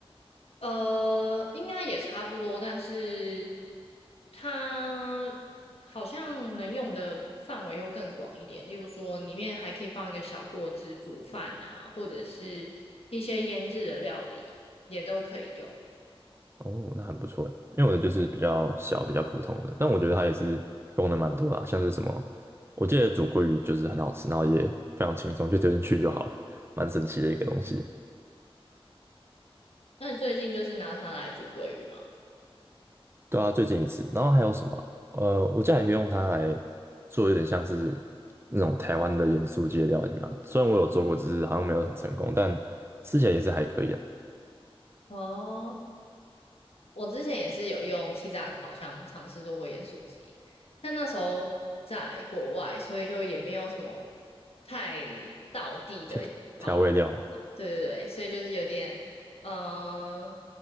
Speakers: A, on the left; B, on the right.
A: 呃，应该也差不多，但是它好像能用的范围又更广一点。例如说，里面还可以放一个小锅子煮饭啊，或者是一些腌制的料理也都可以用。
B: 哦，那很不错诶，因为我的就是比较小、比较普通的，但我觉得它也是功能蛮多的啊像是什么，我记得煮鲑鱼就是很好吃，然后也非常轻松，就丢进去就好了，蛮神奇的一个东西。
A: 那你最近就是拿它来煮鲑鱼吗？
B: 对啊，最近一次，然后还有什么？呃，我家里也用它来做，有点像是那种台湾的盐酥鸡的料理嘛。虽然我有做过，只是好像没有很成功，但吃起来也是还可以啊。
A: 哦。我之前也是有用气炸烤箱尝试做过盐酥鸡，但那时候在国外，所以就也没有什么太道地的调，
B: 调调味料嘛，
A: 对对对，所以就是有点，嗯、呃、